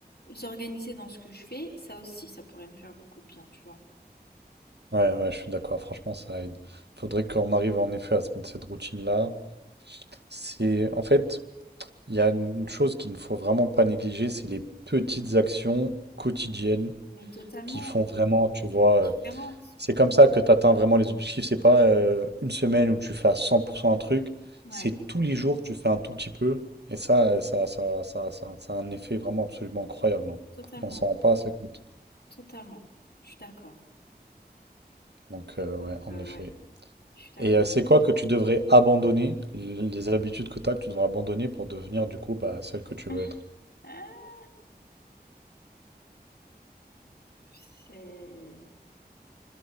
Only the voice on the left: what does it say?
organisée dans ce que je fais. Ça aussi, ça pourrait me faire beaucoup de bien, tu vois.
Mais totalement,
la différence.
Ouais,
totalement,
totalement. Je suis d'accord.
Euh,
ouais, je suis d'accord.
<laughs>
Ah. C'est...